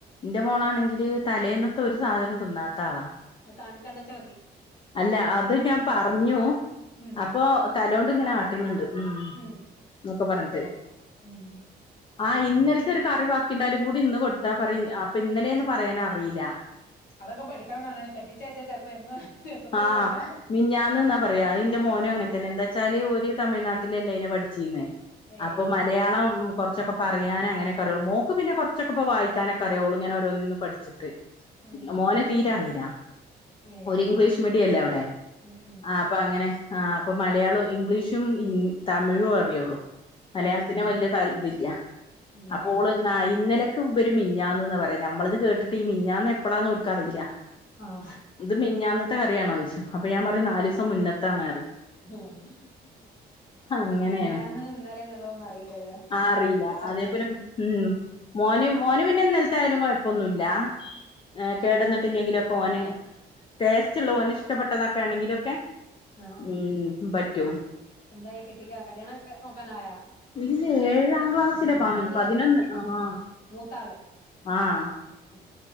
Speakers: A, on the left; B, on the left.
A: ന്റെ മോളാണെങ്കില് തലേന്നത്തെ ഒരു സാധനം തിന്നാത്ത ആളാ
B: അത് കാൺ കണ്ടാച്ചാതി
A: അല്ലാ അത് ഞാൻ പറഞ്ഞു
B: ഉം
A: അപ്പൊ തലോണ്ട്ങ്ങനെ ആട്ട്ണ്ണ്ട് ഉം
B: ഉം
A: ന്നൊക്കെ പറഞ്ഞിട്ട്
B: ഉം
A: ആഹ് ഇന്നലത്തെ ഒരു കറി ബാക്കിണ്ടായാലും കൂടി ഇന്ന് കൊടുത്താ പറിം അ അപ്പൊ ഇന്നലേന്ന് പറയാനറീല
B: അതൊക്കെ പഠിക്കണന്നാണ് കെട്ടിച്ചയ്ച്ച ചെലപ്പോ എന്നും ദിവസത്തെ
A: ആഹ്
B: ഇണ്ടാവൂലാർഞ്ഞ്
A: മിഞ്ഞാന്ന്ന്നാ പറ അഅ് അയിന്റെ മോനും അങ്ങനെ തന്നെ എന്താച്ചാല് ഓല് തമിഴ് നാട്ടിലല്ലേനു പഠിച്ചീന്നെ
B: ഏഹ്
A: അപ്പൊ മലയാളം കൊറച്ചൊക്കെ പറയാനങ്ങനെക്കറിയുള്ളു മോക്ക് പിന്നെ കൊറച്ചൊക്കെപ്പോ വായിക്കാനൊക്കെ അറിയ ഓള്ങ്ങനെ ഓരോന്ന്ന്ന് പഠിച്ചിട്ട്
B: ഉം
A: മോന് തീരെ അറീലാ
B: ഏഹ്
A: ഇംഗ്ലീഷ് മീഡിയല്ലേ അവടേ
B: ഉം ഉം
A: ആ പ്പൊ അങ്ങനെ ആ അപ്പൊ മലയാളും ഇംഗ്ലീഷും ഹിന് തമിഴോറിയൊള്ളൂ മലയാളത്തിന്
B: ഏഹ്
A: വല്ല്യേ താൽ ഇതില്ല
B: അങ്ങനെല്ലേ
A: അപ്പോള് ആഹ് ഇന്നലെക്ക് ഇബര് മിഞ്ഞാന്ന്ന്നാ പറയ ഞമ്മളത് കേട്ടിട്ട് ഈ മിഞ്ഞാന്ന് എപ്പളാന്ന് ഓൽക്കറീല
B: ആഹ്
A: ഇത് മിഞ്ഞാന്നത്തെ കറിയാണോയ്ച്ചും അപ്പൊ ഞാൻ പറയും നാലീസം മുന്നത്താണറിം
B: ആഹ്
A: അങ്ങനെയാണ്
B: മിഞ്ഞാന്ന് ഇന്നലെന്നുള്ളതൊന്നും അറിയില്ലല്ലേ
A: ആറീല
B: പെട്ടെന്ന്
A: അതേപോലെ ഉം മോന് മോന് പിന്നെ ഇന്നലത്തായാലും കൊയപ്പൊന്നുല്ലാ ഏ കേടന്നിട്ട്ല്ലെങ്കിലൊക്കെ ഓന് ടേസ്റ്റ്ള്ള ഓന് ഇഷ്ടപ്പെട്ടതക്കേണെങ്കിലൊക്കെ
B: ആഹ് ആഹ്
A: ഉം പറ്റും
B: എന്തായി കെട്ടിക്ക കല്യാണൊക്കെ നോക്കാനായോ
A: ഇല്ല ഏഴാം ക്ലാസ്സില് പ
B: ക്ലാസ്
A: പതിനൊന്ന് ആഹ് ആഹ്
B: മൂത്താള്
A: ആഹ്‌
B: ഉം